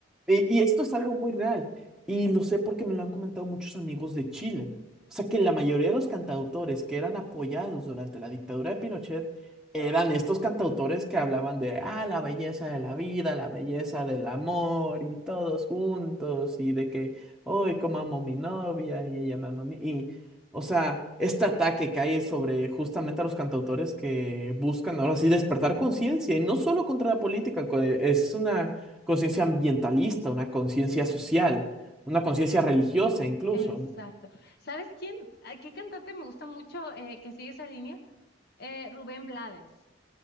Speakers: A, in the centre; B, on the left (about 60°).
A: Y, y esto es algo muy real. Y lo sé porque me lo han comentado muchos amigos de Chile. O sea que la mayoría de los cantautores que eran apoyados durante la dictadura de Pinochet eran estos cantautores que hablaban de, ah, la belleza de la vida, la belleza del amor y todos juntos y de que, hoy como amo a mi novia y ella me ama a mí. Y, o sea, este ataque cae sobre justamente a los cantautores que buscan ahora sí despertar conciencia y no solo contra la política, co- eh, es una conciencia ambientalista, una conciencia social, una conciencia religiosa incluso.
B: Exacto. ¿Sabes quién? ¿A ¿Qué cantante me gusta mucho eh, que sigue esa línea? Eh, Rubén Blades.